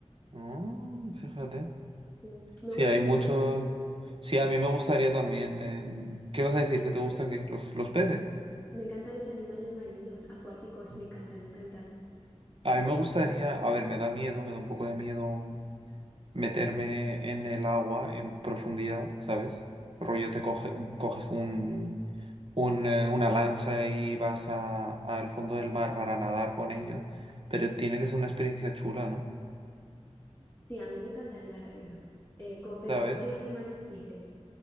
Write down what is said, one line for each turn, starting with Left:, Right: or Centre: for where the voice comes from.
Right: Mm, fíjate.
Left: Mm. Me
Right: Sí,
Left: gustan
Right: hay muchos...
Left: muchos.
Right: Sí, a mí me gustaría también... em, ¿Qué vas a decir? ¿Que te gusta qué? ¿Los, los peces?
Left: Me encantan los animales marinos, acuáticos,
Right: Mm.
Left: me encantan, me encantan.
Right: A mí me gustaría... A ver, me da miedo, me da un poco de miedo meterme en el agua en profundidad, ¿sabes? Rollo, te coge- coges un un, eh, una lancha y vas a, al fondo del mar para nadar con ellos, pero tiene que ser una experiencia chula, ¿no?
Left: Sí, a mí me encantaría, la verdad. Eh, con- pero
Right: ¿Sabes?
Left: ¿con qué animales dices?